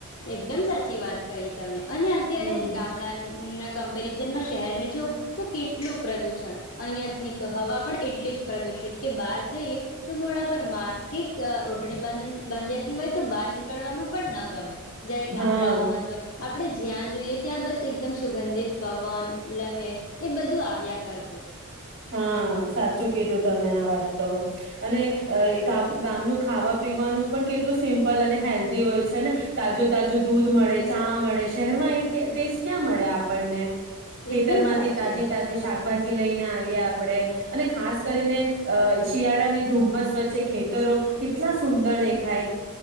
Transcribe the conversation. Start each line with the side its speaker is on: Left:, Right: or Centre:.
Left: એકદમ સાચી વાત કરી તમે, અને અત્યારે
Right: હમ
Left: ગામડાનું ના કમ્પેરિઝનમાં શહેરને જોવ તો કેટલું પ્રદુષણ. અહિયાંની જ તો હવા પણ એટલી જ પ્રદુષિત કે બહાર જઈએ તો મોડા પર માસ્ક કે અહ ઓઢડી બાંધવી બાંધ્યા સિવાય તો બહાર નીકળવાનું પણ ન ગમે. જાણે ગામડાઓમાં
Right: હા
Left: તો આ આપણે જ્યાં જોઈએ ત્યાં બસ એકદમ સુંગંધિત પવન, લહેર એ બધું આવ્યા કરતું.
Right: હા સાચું કીધું તમે આ વાત તો. અને એ ગામ ગામનું ખાવા પીવાનું પણ કેટલું સિમ્પલ અને હેલ્ધી હોય છે ને, તાજું-તાજું દૂધ મળે, ચા મળે. શહેરમાં એ ટે ટેસ્ટ ક્યાં મળે આપણને. ખેતર
Left: એકદમ
Right: માંથી
Left: સાચી
Right: તાજી-તાજી
Left: વાત
Right: શાકભાજી લઈને આવ આપણે, અને ખાસ કરીને અહ શિયાળા ની ધુમ્મસ વચ્ચે ખેતરો કેટલા સુંદર દેખાય.